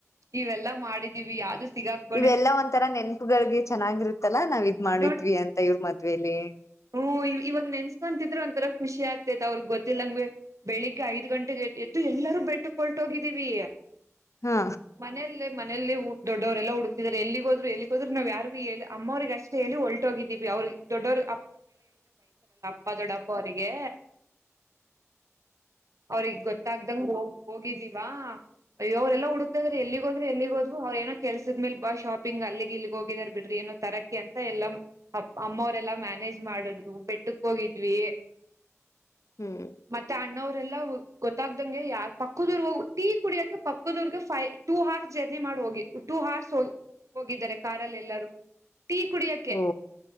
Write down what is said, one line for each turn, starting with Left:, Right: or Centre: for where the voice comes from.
Right: ಇವೆಲ್ಲಾ ಮಾಡಿದೀವಿ ಯಾವ ಸಿಗ <inaudible>
Left: ಇವೆಲ್ಲಾ ಒಂತರಾ ನೆನ್ಪುಗಳಿಗೆ ಚೆನ್ನಾಗಿರುತ್ತಲ್ಲಾ ನಾವ್ ಇದ್ ಮಾಡಿದ್ವಿ
Right: ನೋಡ್
Left: ಅಂತ ಇವ್ರ ಮದುವೇಲಿ
Right: ಹ್ಮ್ ಇವಾಗ ನೆನ್ಸ್ಕಂತಿದ್ರೆ ಒಂತರ ಖುಷಿ ಆಗ್ತೈತ್ ಅವ್ರಗ್ ಗೊತ್ತಿಲ್ಲಂಗಗೆ ಬೆಳಿಗ್ಗೆ ಐದ ಗಂಟೆಗೆ ಎದ್ದು ಎಲ್ಲರೂ ಬೆಟ್ಟುಕಳ್ಟೋಗಿದ್ದೀವಿ
Left: ಹಾ
Right: ಮನೇಲಿ ಎಲ್ಲಾ ಮನೇಲಿ ದೊಡ್ಡವರೆಲ್ಲ ಹುಡುಕ್ತಿದ್ದಾರೆ ಎಲ್ಲಿಗೆ ಹೋದರು ಎಗೆ ಹೋದ್ರರು ನಾವ ಯಾರು ಹೇಳಿ ಅಮ್ಮರಿಗೆ ಅಷ್ಟೇ ಹೇಳಿ ಹೊಲ್ಟ ಹೋಗಿದ್ದೀವಿ ಅವ್ರರು ದೊಡ್ಡವರು ಅಪ್ಪಾ ದೊಡ್ಡಪ್ಪ ಅವರಿಗೆ ಅವ್ರಗ್ ಗೊತ್ತಾಗ್ದಂಗ ಹೋಗ ಹೋಗಿದೀವಾ ಅಯ್ಯೋ ಅವರ ಎಲ್ಲಾ ಹುಡುಕ್ತಾ ಇದಾರೆ ಎಲ್ಲಿಗೆ ಹೋದ್ರು ಎಲ್ಲಿಗ ಹೋದ್ರು ಅವ್ರ ಏನೋ ಕೆಲ್ಸದ ಮೇಲ್ ಬಾ ಶಾಪಿಂಗ್ ಅಲ್ಲಿಗೆ ಇಲ್ಲಿಗ್ ಹೋಗಿದಾರ್ ಬಿಡ್ರಿ ತರಕೆ ಅಂತ ಎಲ್ಲ ಅಮ್ಮ ಅವರೆಲ್ಲ ಮ್ಯಾನೇಜ್ ಮಾಡದ್ರು ಬೆಟ್ಟಕ್ ಹೋಗಿದ್ವಿ
Left: ಹ್ಮ್
Right: ಮತ್ತೆ ಅಣ್ಣರೂ ಗೊತ್ತಾಗ್ದಂಗೆ ಯಾರ ಪಕ್ಕದೂರ್ ಹೋಗ ಟೀ ಕುಡಿಯಕ್ಕೆ ಪಕ್ಕದೂರ್ಗೆ ಫೈ ಟೂ ಹರ್ಸ್ ಜರ್ನಿ ಮಾಡ ಹೋಗಿ ಟೂ ಹಾರ್ಸ್ ಹ ಹೋಗಿದ್ದಾರೆ ಕಾರಲ್ಲಿ ಎಲ್ಲಾರೂ ಟೀ ಕುಡಿಯಕ್ಕೆ
Left: ಓ